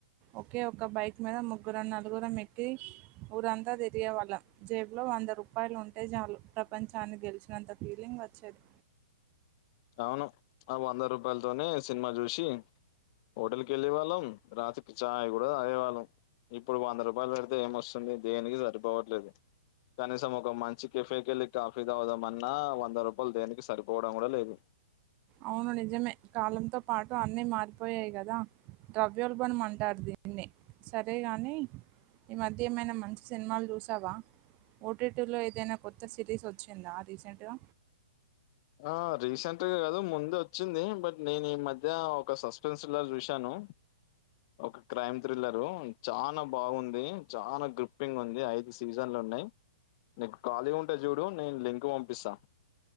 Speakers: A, on the right; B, on the left.
A: ఒకే ఒక్క బైక్ మీద ముగ్గురం నలుగురం ఎక్కి ఊరంత తిరిగేవాళ్ళం జేబు లో వంద రూపాయలు ఉంటే చాలు ప్రపంచాన్ని గెలిచినంత ఫీలింగ్ వచ్చేది
B: అవును ఆ రూపాలతోనే సినిమా చూసి హోటల్కి వెళ్ళే వాళ్ళం రాత్ చాయ్ కూడ తాగేవాళ్ళం ఇప్పుడు వంద రూపాయలు పెడితే ఏమ్ వస్తుంది దేనికి సరిపోవట్లేదు కనీసం ఒక మంచి కెఫే కెళ్ళి కాఫీ తాగుదామన్నా వంద రూపాయలు దేనికి సరిపోవడం కూడా లేదు
A: అవును నిజమే కాలంతో పాటు అన్నీ మారిపోయాయి కదా ద్రవ్యోల్బనమంటారు దీన్నే సరే గాని ఈ మధ్య ఏమైనా మంచి సినిమాలు చూసావా ఓ టీ టి లో ఏదైనా కొత్త సిరీస్ వచ్చిందా రీసెంట్గా
B: అ రీసెంట్ గ కాదు ముందే వచ్చింది బట్ నేను ఈ మధ్య ఒక సస్పెన్స్ థ్రిల్లర్ చూసాను ఒక క్రైమ్ థ్రిల్లరు చానా బావుంది చానా గ్రిప్పింగ్ ఉంది అయి దు సీజన్లు ఉన్నయి నీకు ఖాళీగా ఉంటే చూడు నేను లింక్ పంపిస్తా